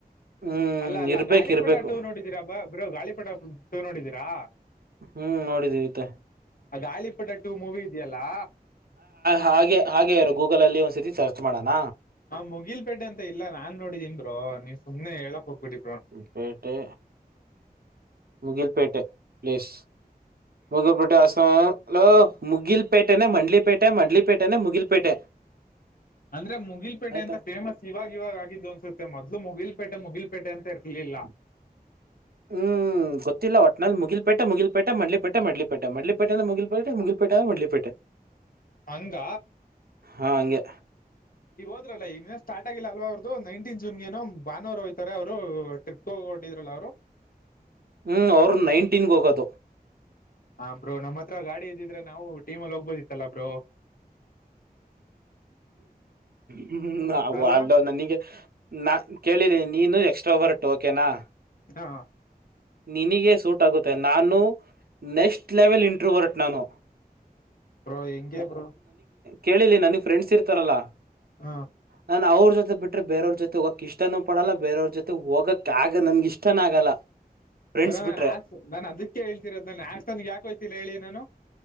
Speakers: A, on the right; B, on the left.
A: ಹ್ಮ್
B: ಅಲ್ಲ ಅಲ್ಲ
A: ಇರ್ಬೇಕ್
B: ಗಾಳಿಪಟ
A: ಇರ್ಬೇಕು
B: ಟೂ ನೋಡಿದೀರಾಬ್ಬಾ ಬ್ರೋ ಗಾಳಿಪಟ ಟೂ ನೋಡಿದೀರಾ
A: ಹ್ಮ್ ನೋಡಿದೀವಿ ಮತ್ತೆ
B: ಆ ಗಾಳಿಪಟ ಟೂ ಮೂವಿ ಇದೆಯಲ್ಲಾ
A: ಹಾಗೆ ಇರು ಗೂಗಲ ಅಲ್ಲಿ ಒಂದ್ಸತಿ ಸರ್ಚ್ ಮಾಡೋಣ
B: ನಾ ಮುಗಿಲಪೇಟೆ ಅಂತ ಇಲ್ಲ ನಾನ್ ನೋಡಿದಿನ್ ಬ್ರೋ ನೀವು ಸುಮ್ನೆ ಹೇಳಕ್ ಹೋಗಬಿಡಿ
A: ಪೇಟೆ ಮುಗಿಲ್ ಪೇಟೆ ಪ್ಲೇಸ್ ಮುಗಿಲ್ ಪೇಟೆ ಲೋ ಮುಗಿಲ್ ಪೇಟೆನೆ ಮಡ್ಲಿಪೇಟೆ ಮಡ್ಲಿ ಪೇಟೆನೆ ಮುಗಿಲ್ಪೇಟೆ
B: ಅಂದ್ರೆ ಮುಗಿಲ್ಪೇಟೆಂತ
A: ಆಯ್ತಾ
B: ಫೇಮಸ್ ಇವಾಗ ಇವಾಗ ಆಗಿದ್ದು ಅನ್ಸುತ್ತೆ ಮೊದ್ಲು ಮುಗಿಲಪೇಟೆ ಮುಗಿಲಪೇಟೆ ಅಂತ ಇರಲಿಲ್ಲ
A: ಹ್ಮ್ ಹ್ಮ ಗೊತ್ತಿಲ್ಲ ಒಟ್ನಲ್ಲಿ ಮುಗಿಲ್ಪೇಟೆ ಮುಗಿಲ್ಪೇಟೆ ಮಡ್ಲಿಪೇಟೆ ಮಡ್ಲಿಪೇಟೆ ಮಡ್ಲಿಪೇಟೆ ಅಂದ್ರೆ ಮುಗಿಲ್ಪೇಟೆ ಮುಗಿಲ್ಪೇಟೆ ಅಂದ್ರೆ ಮಡ್ಲಿಪೇಟೆ <unintelligible> <inaudible>
B: ಹಂಗ
A: ಹಾಂ ಹಂಗೆ
B: ಈಗ ಹೋದ್ರಲ್ಲ ಈಗ ಸ್ಟಾರ್ಟ್ ಆಗಿಲ್ಲ ಅಲ್ವ ಅವ್ರ್ದು ನೈನ್ಟೀನ್ ಜೂನ್ ಏನೋ ಭಾನುವಾರ ಹೋಯ್ತಾರೆ ಅವರು ಟ್ರಿಪ್ ಶೋ ಗ ಹೊರಟಿದ್ರಲ್ಲ ಅವರು
A: ಹ್ಮ್ ಅವರು ನೈನಟಿನ್ ಗೆ ಹೋಗದು
B: ಹಾ ಬ್ರೋ ನಮ್ಮ ಹತ್ರ ಗಾಡಿ ಇದ್ದಿದ್ರೆ ನಾವು ಟೀಮ ಅಲ್ಲಿ ಹೋಗ್ಬೋದಿತ್ತಲ್ಲ ಬ್ರೋ
A: ಹ್ಮ
B: ಅಲ್ವಾ
A: ಅಲ್ಲ ನನಗೆ ನಾ ಕೇಳಿದ್ದೀನಿ ನೀನು ಎಕ್ಸ್ಟ್ರಾ ಬರ ಓಕೆನಾ
B: ಹಾ
A: ನಿನಗೆ ಸೂಟ್ ಆಗುತ್ತೆ ನಾನು ನೆಕ್ಸ್ಟ್ ಲೆವೆಲ್ ಇಂಟ್ರ ಬರಟ್ ನಾನು
B: ಬ್ರೋ ಹೆಂಗೆ ಬ್ರೋ
A: ಕೇಳ ಇಲ್ಲ ನನಗ್ ಫ್ರೆಂಡ್ಸ್ ಇರ್ತಾರಲ್ಲಾ
B: ಹಾಂ
A: ನಾನ್ ಅವ್ರ ಜೊತೆ ಬಿಟ್ರೆ ಬೇರವ್ರ ಜೊತೆ ಹೋಗಕ್ ಇಷ್ಟನೂ ಪಡಲ್ಲ ಬೇರವ್ರ ಜೊತೆ ಹೋಗಕ್ ನನ್ಗ ಇಷ್ಟನ ಆಗಲ್ಲ <inaudible>
B: <unintelligible>
A: ಬಿಟ್ರೆ
B: ಆ ನಾನ್ ಅದಕ್ಕೆ ಹೇಳ್ತಿರೋದು ನಾನು ಹಾಸನ್ ಗೇ ಯಾಕೋಯ್ತಿಲ್ಲ ಹೇಳಿ ನಾನು.